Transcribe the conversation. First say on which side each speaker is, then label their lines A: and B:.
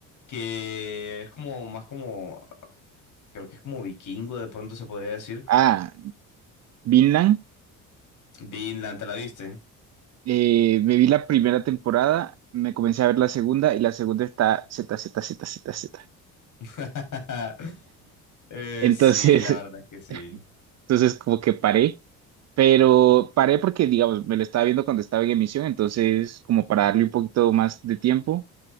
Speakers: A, on the left; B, on the right.
A: Que es como más como, creo que es como vikingo, de pronto se podría decir.
B: Ah, Vinland.
A: Vinland, ¿te la viste?
B: eh, me vi la primera temporada, me comencé a ver la segunda y la segunda está z z z z z
A: <laughs> Eh,
B: Entonces,
A: sí, la verdad es que sí.
B: <laughs> entonces como que paré, pero paré porque, digamos, me lo estaba viendo cuando estaba en emisión, entonces como para darle un poquito más de tiempo,